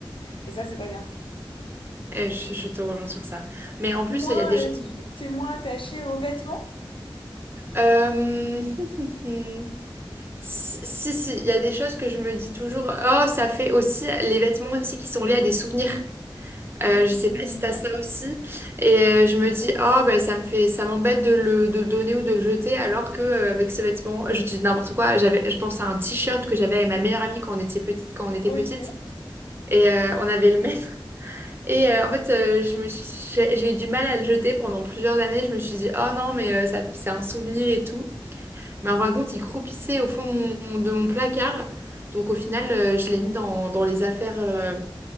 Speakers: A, on the left; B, on the right.
A: Et ça, c'est pas bien.
B: Euh, je, je te rejoins sur ça. Mais en plus,
A: T'es moins,
B: il y a des choses.
A: euh, tu- t'es moins attaché aux vêtements?
B: Euh, <laughs> Si, si, si, il y a des choses que je me dis toujours. Oh, ça fait aussi les vêtements aussi qui sont liés à des souvenirs.
A: Mhm.
B: Euh, je sais pas si t'as ça aussi. Et euh, je me dis, oh, bah, ça me fait, ça m'embête de le, de le donner ou de le jeter, alors que euh, avec ce vêtement, je dis n'importe quoi. J'avais, je pense à un t-shirt que j'avais avec ma meilleure amie quand on était petite, quand on était
A: Ok.
B: petite. Et euh, on avait le même. <laughs> Et euh, en fait, euh, je me suis... j'ai j'ai eu du mal à le jeter pendant plusieurs années. Je me suis dit, oh non, mais euh, ça, c'est un souvenir et tout. Mais en fin de compte, il croupissait au fond de mon, de mon placard. Donc au final, euh, je l'ai mis dans, dans les affaires, euh,